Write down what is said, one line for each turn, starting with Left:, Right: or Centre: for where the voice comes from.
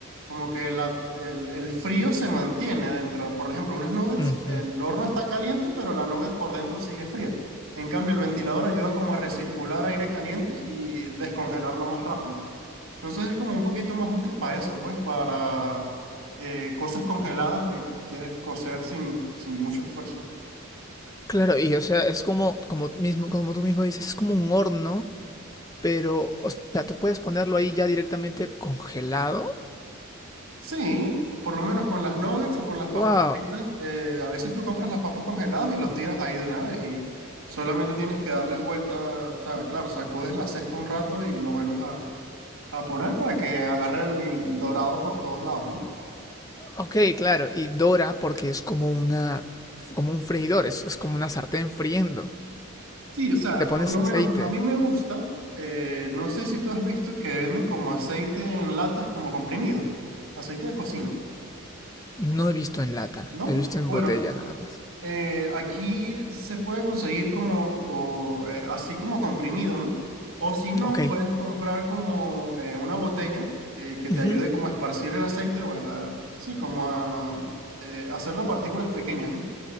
Right: como que la- el, el frío se mantiene dentro. Por ejemplo, unas nuggets,
Left: Ujú.
Right: el horno está caliente, pero la nugget por dentro sigue fría. En cambio, el ventilador ayuda como a recircular aire caliente y descongelarlo más rápido. Entonces es como un poquito más útil para eso, pues para eh, cosas congeladas que quieres cocer sin, sin mucho esfuerzo.
Left: Claro, y o sea, es como, como, mismo, como tú mismo dices, es como un horno Pero, o sea, tú puedes ponerlo ahí ya directamente congelado.
Right: Sí, por lo menos con las nuggets o con las papas
Left: ¡Wow!
Right: fritas, eh, a veces tú compras las papas congeladas y los tiras ahí de una vez y solamente tienes que darles vuelta, o sea, claro, sacudes la cesta un rato y lo vuelves a, a poner para que agarre el dorado por todos lados, ¿no?
Left: Ok, claro. Y dora porque es como una, como un freidor, es, es como una sartén friendo.
Right: Sí, o sea,
Left: Le pones
Right: por lo
Left: aceite.
Right: menos a mí me gusta. eh, no sé si tú has visto que venden como aceite en latas como comprimido, aceite de cocina,
Left: No he visto en lata,
Right: ¿no?
Left: he visto en
Right: Bueno,
Left: botella nada más.
Right: eh, aquí se puede conseguir como, o, eh, así como comprimido, ¿no? O si no,
Left: Ok.
Right: puedes comprar como eh, una botella eh, que te
Left: Ujú.
Right: ayude como a esparcir el aceite o a, sí, como a eh, hacerlo partículas pequeñas, ¿no?